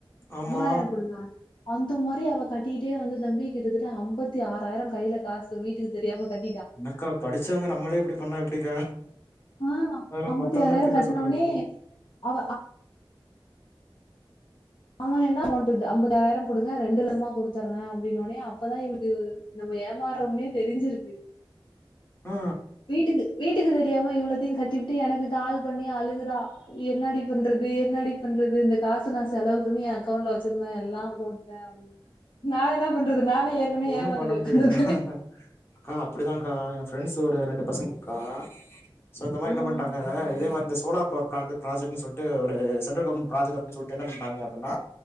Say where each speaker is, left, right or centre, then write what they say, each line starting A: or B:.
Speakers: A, on the left; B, on the left.
A: ஆமா
B: மூனாயிர குடுங்க அந்த மாரி அவ கட்டிட்டே வந்து தம்பி கிட்டத்தட்ட அம்பத்தி ஆறாயிரங்கையில காசு வீட்டுக்கு தெரியாம கட்
A: என்னக்கா படிச்சவங்க நம்மளே இப்டி பண்ண எப்டிக்கா
B: ஆ
A: அர
B: ஐம்பத்தி
A: மொத்தமா
B: ஆறாயிரம்
A: நா எப்டிக்க
B: கட்னோனே
A: சொல்றது
B: அவ ஆமா என்ன அமௌண்டு இது அம்பத்தி ஆறாயிரம் குடுங்க ரெண்டு லமா குடுத்தறே அப்டின்னோனே அப்பதா இவளுக்கு நம்ம ஏமாறொம்னே தெரிஞ்சிருக்கு
A: ஆ
B: வீட்டுக்கு வீட்டுக்கு தெரியாம இவ்ளத்தையுங் கட்டிபுட்டு எனக்கு கால் பண்ணி அழுகுறா என்னாடி பண்றது என்னாடி பண் றது இந்த காசு நா செலவுக்குனு ஏ அக்கவுண்ட்ல வச்சிருந்தே எல்லாம் போட்டே அப் நா என்ன பண்றது நானே ஏற்கனவே
A: ஒன்னு
B: ஏமாந்து
A: பண்ண
B: போய்
A: முடியாது
B: உக்காந்துருக்கேனே
A: அக்கா அப்டிதாங்க்கா எ ஃப்ரெண்ட்ஸ் ஒரு ரெண்டு பசங்க்கா சோ இந்த மாரி
B: ம்
A: என்ன பண்ட்டாங்க இதே மாரி இந்த சோலா பர் பிளான்ட்டு ப்ராஜெக்ட்னு சொல்ட்டு ஒரு சென்ட்ரல் கவர்மெண்ட் ப்ராஜக்ட் அப்டினு சொல்ட்டு என்ன பண்ணிட்டாங்க அப்டினா